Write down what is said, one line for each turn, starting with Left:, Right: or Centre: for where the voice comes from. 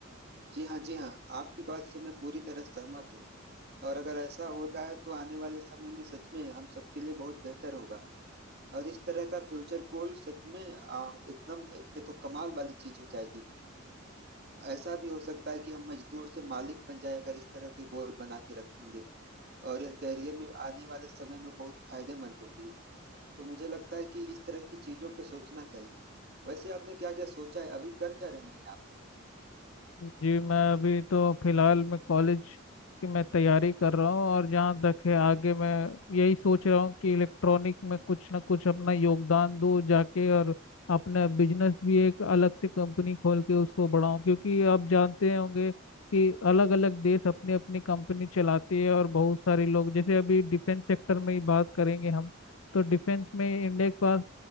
Right: जी हाँ जी हाँ आपकी बात से मैं पूरी तरह सहमत हूँ और अगर ऐसा होता है तो आने वाले समय में सच में हम सबके लिए बहुत बेहतर होगा और इस तरह का फ्यूचर गोल सच में आ, एकदम ये तो कमाल वाली चीज हो जाएगी ऐसा भी हो सकता है कि हम मजदूर से मालिक बन जाए अगर इस तरह के गोल बना के रखेंगे और यह करियर में आने वाले समय में बहुत फायदेमंद होंगी तो मुझे लगता है कि इस तरह की चीजों पे सोचना चाहिए वैसे आपने क्या क्या सोचा है अभी कर क्या रहे हैं आप
Left: जी मैं अभी तो फिलहाल मैं कॉलेज की मैं तैयारी कर रहा हूँ और जहाँ तक है आगे मैं यही सोच रहा हूँ कि इलेक्ट्रॉनिक में कुछ ना कुछ अपना योगदान दूँ जाके और अपना बिजनेस भी एक अलग से कंपनी खोल के उसको बढ़ाऊँ क्योंकि आप जानते होंगे कि अलग अलग देश अपनी अपनी कंपनी चलाती है और बहुत सारे लोग जैसे अभी डिफेंस सेक्टर में ही बात करेंगे हम तो डिफेंस में इंडिया के पास